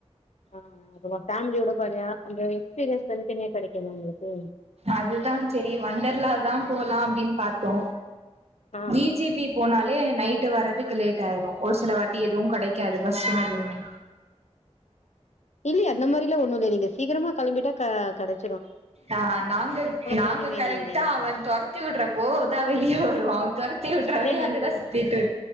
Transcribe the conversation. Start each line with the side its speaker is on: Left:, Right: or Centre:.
Left: ஆ அது பேமிலியோட போரியா அந்த எக்ஸ்பீரீயன்ஸ் தனிதனியா கிடைக்கு உங்களுக்கு
Right: அதுதான் சரி வண்டர்லாதா போலா அப்படின்னு பாபார்த்தோ
Left: ஆ
Right: வி ஜி பி போனாலே நைட்டு வர்றதுக்கு லேட் ஆயிரு ஒரு சில வண்டி எதுவு கிடைக்காது பஸ்ஸும் எதுவுமே
Left: இல்லைய அந்த மாதிரிலா ஒண்ண இல்ல நீங்க சீக்கிரமா கிளம்பிட்டா கிடைச்
Right: ஆ நாங்க நாங்க
Left: போதுமே
Right: கரெக்டா
Left: நீங்க
Right: அவன் தொர் த்தி விட்டுறப்போ தான் வெளியே வரும் அவன் தொரதி விட்டுற
Left: இல்ல
Right: வரையு
Left: நீங்
Right: அங்கதா சுத்திட்டு